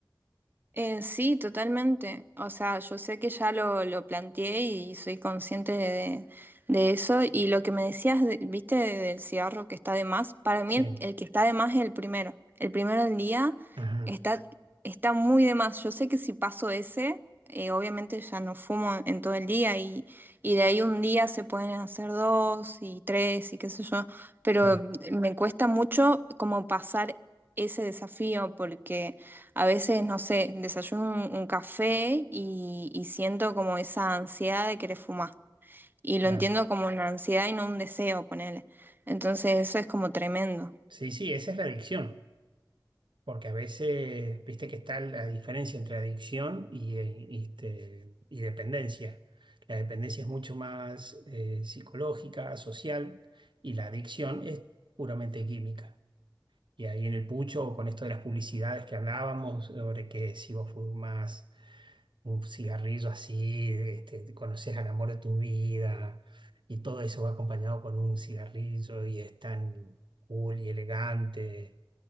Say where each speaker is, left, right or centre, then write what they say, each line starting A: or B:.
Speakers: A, on the right; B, on the right.
A: Eh, sí, totalmente. O sea, yo sé que ya lo, lo planteé y soy consciente de, de eso. Y lo que me decías, de- viste, del cigarro que está de más, para mí
B: Sí,
A: el, el que está de más es el primero. El primero del día
B: ajá,
A: está, está muy de más. Yo sé que si paso ese, eh, obviamente ya no fumo en todo el día y, y de ahí un día se pueden hacer dos y tres y qué sé yo. Pero
B: claro,
A: mm, me cuesta mucho como pasar ese desafío porque... A veces, no sé, desayuno un, un café y, y siento como esa ansiedad de querer fumar. Y
B: claro.
A: lo entiendo como una ansiedad y no un deseo, ponele. Entonces eso es como tremendo.
B: Sí, sí, esa es la adicción, porque a veces, viste que está la diferencia entre adicción y, eh, y, este, y dependencia. La dependencia es mucho más eh, psicológica, social, y la adicción es puramente química. Y ahí en el pucho, con esto de las publicidades que hablábamos, sobre que si vos fumas un cigarrillo así, este, conoces al amor de tu vida y todo eso va acompañado con un cigarrillo y es tan cool y elegante,